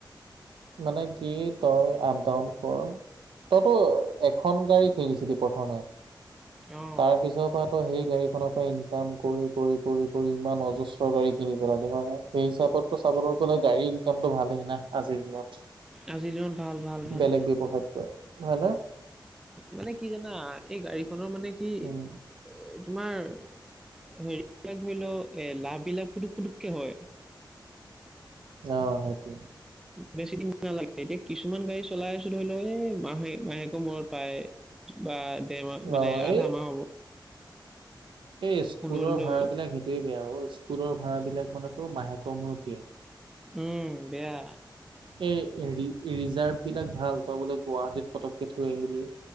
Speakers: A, on the right; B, in the centre.
A: মানে কি তই আপ ডাউন কৰ। তইতো এখন গাড়ী কিনিছিলি প্ৰথমে,
B: অ
A: তাৰপিছত ত তো সেই গাড়ীখনৰ পৰা ইনকাম কৰি কৰি কৰি কৰি ইমান অজস্ৰ গাড়ী কিনি পেলালি, হয়নে? সেই হিচাপতটো চাবলৈ গ'লে গাড়ীৰ ইনকামটো ভালেই না আজিৰ দিনত।
B: আজিৰ দিনত ভাল ভাল ভাল
A: বেলেগ ব্যৱসায়ত কয়, হয়নে?
B: মানে কি জানা এই গাড়ীখনৰ মানে কি এ
A: উম
B: তোমাৰ হেৰীবিলাক ধৰি ল' এ লাভ বিলাক পুটুক পুটুককে হয়।
A: অহ সেইটোৱে।
B: বেছি দিন নালাগে এতিয়া কিছুমান গাড়ী চলাই আছোঁ ধৰি ল' এ মাহে মাহেকৰ মূৰত পায়। বা দেৰ মাহ মানে
A: অ
B: আধা
A: এই
B: মাহ হ'ব।
A: এই স্কুলৰ
B: পোন্ধৰ দিনো
A: ভাড়াবিলাক সেইটোৱে বেয়া অ স্কুলৰ ভাড়াবিলাক মানে তো মাহেকৰ মূৰত দিয়ে।
B: উম বেয়া।
A: এই ৰি ৰিজাৰ্ভবিলাক ভাল তই বোলে গুৱাহাটীত পটকে থৈ আহিলি।